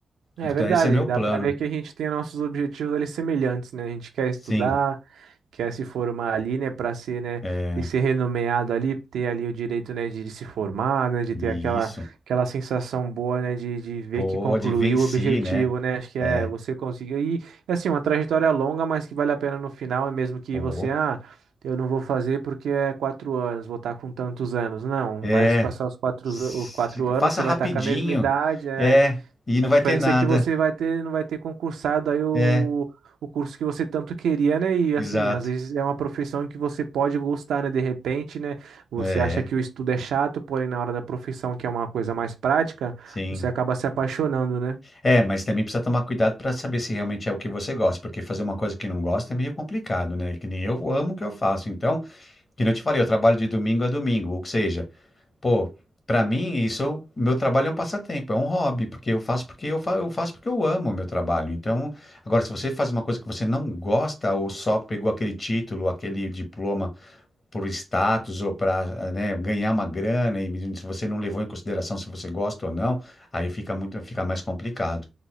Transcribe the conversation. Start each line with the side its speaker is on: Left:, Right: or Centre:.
Right: É
Left: Então,
Right: verdade,
Left: Esse é meu
Right: dá
Left: plano,
Right: pra ver que a gente tem nossos objetivos ali semelhantes, né? A gente quer estudar,
Left: sim.
Right: quer se formar ali, né, Pra ser, né,
Left: É,
Right: ter ser renomeado ali, ter ali o direito, né, de, de se formar, né, de
Left: e
Right: ter aquela
Left: isso.
Right: aquela sensação boa, né, de, de ver
Left: Pode
Right: que concluiu
Left: venci,
Right: o objetivo,
Left: né?
Right: né? Acho que
Left: É,
Right: é você conseguiu e assim, uma trajetória longa, mas que vale a pena no final, e mesmo que
Left: pô.
Right: você ah, Eu não vou fazer porque é quatro anos, vou estar com tantos anos. Não,
Left: É,
Right: vai se passar os quatro,
Left: se-
Right: os quatro anos,
Left: faça
Right: você
Left: rapidinho.
Right: vai estar com a mesma idade, é.
Left: É, e não
Right: A
Left: vai
Right: diferença
Left: ter nada.
Right: é que você vai ter, não vai ter concursado aí o,
Left: É.
Right: o curso que você tanto queria, né? E
Left: Exato.
Right: assim, às vezes é uma profissão que você pode gostar, né? De repente, né? Você
Left: É,
Right: acha que o estudo é chato, porém na hora da profissão, que é uma coisa mais prática,
Left: sim.
Right: você acaba se apaixonando, né?
Left: É, mas também precisa tomar cuidado para saber se realmente é o que você gosta, porque fazer uma coisa que não gosta é meio complicado, né? Que nem eu amo o que eu faço. Então, que nem eu te falei, eu trabalho de domingo a domingo, ou seja, pô, para mim isso, meu trabalho é um passatempo, é um hobby, porque eu faço porque eu, fa eu faço porque eu amo o meu trabalho. Então, agora se você faz uma coisa que você não gosta ou só pegou aquele título, aquele diploma por status ou para, né, ganhar uma grana, e se você não levou em consideração se você gosta ou não, aí fica muito, fica mais complicado.